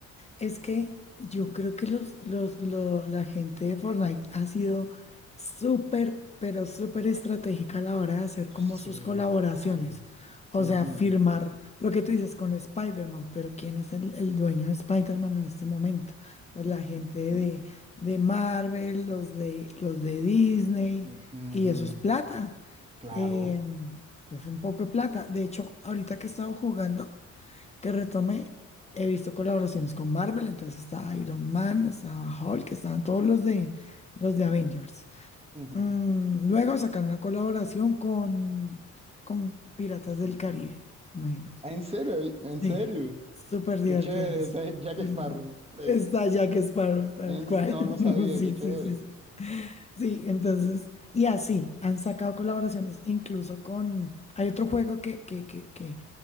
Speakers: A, on the left; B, on the right.
A: Es que yo creo que los, los, lo- la gente de Fortnite ha sido súper, pero súper estratégica a la hora de hacer como
B: Sí,
A: sus colaboraciones.
B: total.
A: O
B: Ujú,
A: sea, firmar lo que tú dices con Spider-Man, pero ¿quién es el, el dueño de Spider-Man en este momento? Pues la gente de, de Marvel, los de, los de Disney,
B: eh, ujú,
A: y eso es plata.
B: Claro.
A: Em, es un poco de plata. De hecho, ahorita que he estado jugando. que retomé, he visto colaboraciones con Marvel, entonces estaba Iron Man, estaba Hulk, estaban todos los de los de Avengers.
B: Ujú.
A: Mm, luego sacaron una colaboración con, con Piratas del Caribe, imagínate.
B: Ah, ¿En serio? ¿En
A: Sí,
B: serio?
A: súper divertidas.
B: Qué chévere, este es Jack
A: Sí,
B: Sparrow.
A: sí, sí.
B: Rey.
A: Está Jack Sparrow, tal
B: En-
A: cual.
B: No, no sabía,
A: <laughs> Sí,
B: qué chévere.
A: sí, sí, sí. Sí, entonces, y así han sacado colaboraciones, incluso con, hay otro juego que, que, que, que